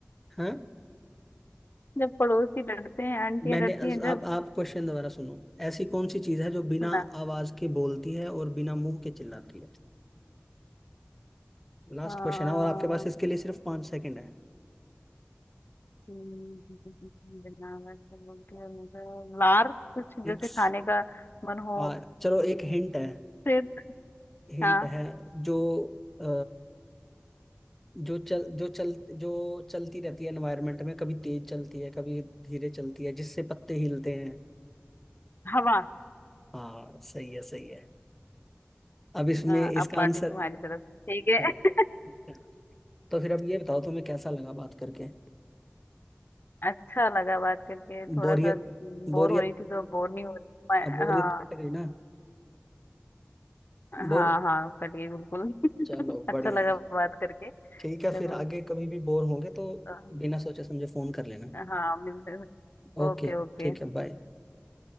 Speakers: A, in the centre; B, on the left.
A: हाँ
B: जब पड़ोसी लड़ते हैं आंटियां
A: मैंने
B: लड़ती हैं जब
A: आप आप क्वेश्चन दोबारा सुनो ऐसी कौन सी चीज है जो बिना
B: सुना
A: आवाज के बोलती है और बिना मुंह के चिल्लाती है लास्ट
B: हाँ,
A: क्वेश्चन है और आपके पास इसके लिए सिर्फ पांच सेकंड है
B: हम्म, बिना आवाज के बोलती है मुझे लार कुछ
A: सिक्स
B: जैसे खाने का मन हो
A: आ, चलो एक हिंट है
B: सिर
A: हिंट
B: हाँ
A: है जो अ, जो चल जो चल जो चलती रहती है एनवायरनमेंट में कभी तेज चलती है कभी धीरे चलती है जिससे पत्ते हिलते हैं
B: हवा
A: हाँ सही है सही है अब इसमें
B: हाँ
A: इसका
B: अब पार्टी
A: आंसर
B: तुम्हारी तरफ से,
A: अच्छा
B: ठीक है
A: ठीक है। तो फिर अब ये बताओ तुम्हें कैसा लगा बात करके
B: अच्छा लगा बात करके थोड़ा
A: बोरियत
B: सा बोर
A: बोरियत
B: हो रही थी तो बोर नहीं हो रही मैं-
A: अब बोरियत
B: हाँ
A: कट गई ना
B: हाँ
A: बोर
B: हाँ कट गई बिल्कुल <laughs>
A: चलो
B: अच्छा
A: बढ़िया
B: लगा
A: है
B: बात करके
A: ठीक
B: चलो
A: है फिर आगे कभी भी बोर होंगे तो
B: अ,
A: बिना सोचे समझे फोन कर लेना
B: हाँ मिलते हैं
A: ओके
B: Okay okay
A: ठीक है बाय